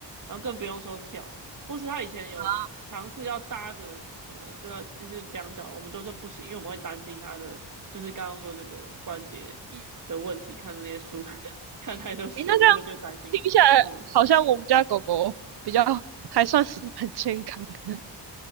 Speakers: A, on the right; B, on the right.
A: 然后更不用说跳，或是它以前有尝试要搭着什么，
B: 啊，
A: 就要就是两脚，我们都说不行，因为我们会担心它的，就是刚刚说那个关节
B: 嗯
A: 的问题，看那些书，<laughs> 看太多书就就担心很多，
B: 诶，那这样听起来好像我们家狗狗比较
A: 嗯，
B: <laughs> 还算是蛮健康的。